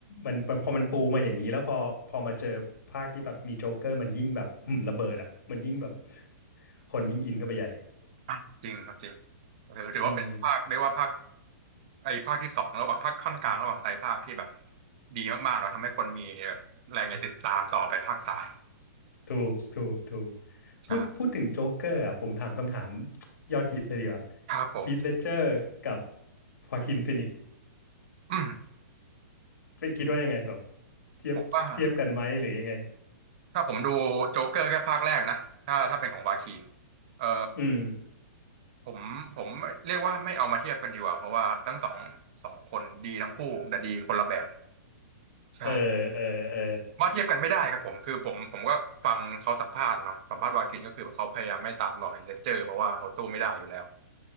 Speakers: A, on the left; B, on the right.
A: มันพอมันปูมาอย่างนี้แล้วพอพอมาเจอภาคที่แบบมีโจ๊กเกอร์มันยิ่งแบบอืมระเบิดอ่ะมันยิ่งแบบคนยิ่งอินเข้าไปใหญ่
B: อ่ะจริงครับจริงถือถือว่าเป็นภาคเรียกว่าภาค
A: อืม
B: ไอ้ภาคที่สองระหว่างภาคค่อนกลางระหว่างไตรภาคที่แบบดีมากๆเนาะทำให้คนมีแบบแรงจะติดตามต่อไปภาคสาม
A: ถูกถูกถูกพูดพูดถึงโจ๊กเกอร์อ่ะผมถามคำถาม
B: ใช่
A: <tsk> ยอดฮิตเลยดีกว่า
B: ครับผม
A: ฮีทเลดเจอร์กับฮวาคินฟินิกซ์
B: อืม
A: คิดว่ายังไงแบบเทียบเทียบกันไหมหรือยังไง
B: ผมว่าถ้าผมดูโจ๊กเกอร์แค่ภาคแรกนะถ้าถ้าเป็นของวาคินเออ
A: อืม
B: ผมผมเรียกว่าไม่เอามาเทียบกันดีกว่าเพราะว่าทั้งสองสองคนดีทั้งคู่แต่ดีคนละแบบใช่
A: เออเออเออ
B: ว่าเทียบกันไม่ได้ครับผมคือผมผมก็ฟังเขาสัมภาษณ์เนาะสัมภาษณ์วากินก็คือเขาพยายามไม่ตามรอยเลคเจอร์เพราะว่าเขาสู้ไม่ได้อยู่แล้ว